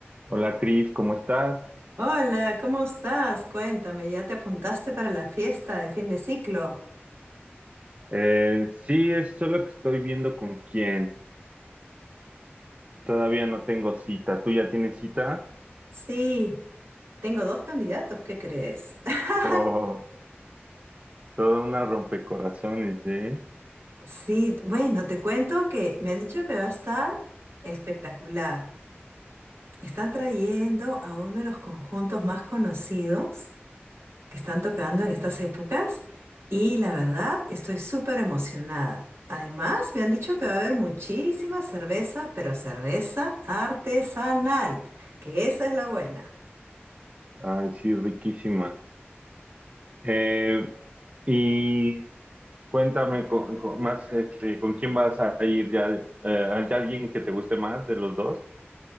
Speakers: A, on the right; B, on the right.
A: Hola Cris, ¿cómo estás?
B: Hola, ¿cómo estás? Cuéntame, ¿ya te apuntaste para la fiesta de fin de ciclo?
A: Eh, sí, es solo que estoy viendo con quién. Todavía no tengo cita. ¿Tú ya tienes cita?
B: Sí, tengo dos candidatos, ¿qué crees? <laughs>
A: Oh, toda una rompecorazones, ¿eh?
B: Sí, bueno, te cuento que me han dicho que va a estar espectacular. Están trayendo a uno de los conjuntos más conocidos que están tocando en estas épocas y la verdad estoy súper emocionada. Además, me han dicho que va a haber muchísima cerveza, pero cerveza artesanal, que esa es la buena.
A: Ay, sí, riquísima. Eh, y cuéntame co- co- más, este, ¿con quién vas a ir ya? Eh, ¿hay alguien que te guste más de los dos?